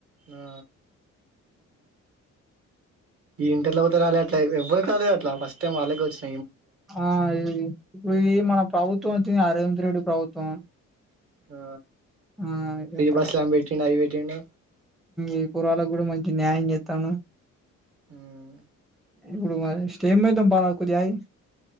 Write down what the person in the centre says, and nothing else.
ఆ ఇ ఇ మన ప్రభు వచ్చిందిగా రేవంత్ రెడ్డి ప్రభుత్వం
ఉ చెప్పు
రా
ఇ పోరగాళ్లకు, ఇప్పుడు మంచి న్యాయం చేత్తాను
ఇప్పుడు మరి స్టేమ్ పోయిద్దాం పరాదు కొద్దిగా అగి